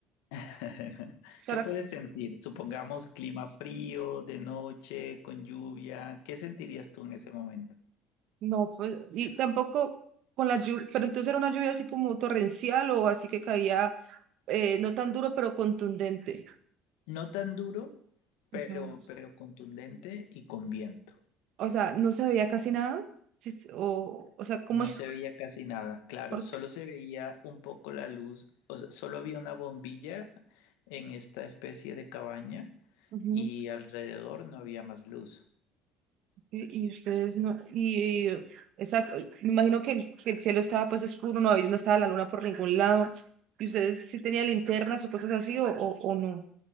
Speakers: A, on the left; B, on the right.
A: <laughs>
B: O sea,
A: qué
B: la
A: puedes
B: co-
A: sentir? Supongamos clima frío, de noche, con lluvia. ¿Qué sentirías tú en ese momento?
B: no, pues, y tampoco con la lluvia, pero entonces era una lluvia así como torrencial o así que caía, eh, no tan duro, pero contundente.
A: No tan duro,
B: Ajá.
A: pero, pero contundente y con viento.
B: O sea, no se veía casi nada. Sí, sí, o, o sea, ¿cómo
A: No
B: es?
A: se veía casi nada, claro,
B: ¿Por
A: solo
B: qué?
A: se veía un poco la luz, o sea, solo había una bombilla en esta especie de cabaña
B: Ujú.
A: y alrededor no había más luz.
B: Y, y ustedes no, y exacto, y me imagino que el, que el cielo estaba pues oscuro, no había, no estaba la luna por ningún lado, y ustedes sí tenían linternas o cosas así, o, o, o no.